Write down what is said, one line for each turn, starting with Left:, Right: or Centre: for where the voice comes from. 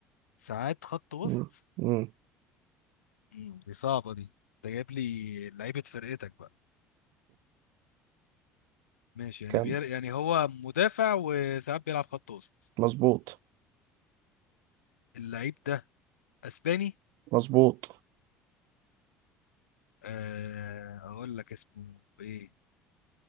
Left: ساعات خط وسط
Right: مم. مم.
Left: مم، دي صعبة دي انت جايب لي لعيبة فرقتك بقى ماشي يعني
Right: كام
Left: بير... يعني هو مدافع وساعات بيلعب خط وسط
Right: مظبوط
Left: اللعيب ده اسباني
Right: مظبوط
Left: آه، اقول لك اسمه ايه